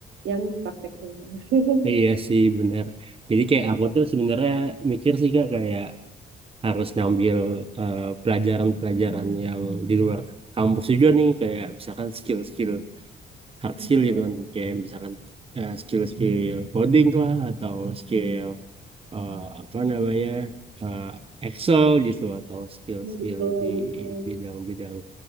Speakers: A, on the right (about 80°); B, on the right (about 30°).
A: yang prakteknya, <laughs>
B: Iya sih bener. Jadi kayak
A: tetap
B: aku tuh sebenarnya mikir sih kak kayak harus ngambil eh, pelajaran-pelajaran yang di luar kampus juga nih kayak misalkan skill-skill hard
A: betul
B: skill gitu kan kayak misalkan eh, skill-skill coding lah atau skill eh, apa namanya eh, Excel gitu atau skill-skill
A: betul
B: di
A: betul
B: bidang-bidang